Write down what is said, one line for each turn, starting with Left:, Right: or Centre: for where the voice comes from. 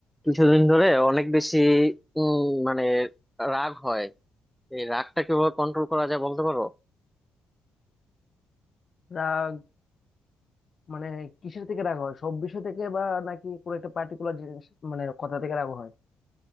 Centre: কিছুদিন ধরে অনেক বেশি উম মানে রাগ হয় এই রাগটা কিভাবে কন্ট্রোল করা যায় বলতে পারো
Left: রাগ মানে কিসের থেকে রাগ হয় সব বিষয় থেকে বা নাকি কোনো একটা পার্টিকুলার জিনিস মানে কথা থেকে রাগ হয়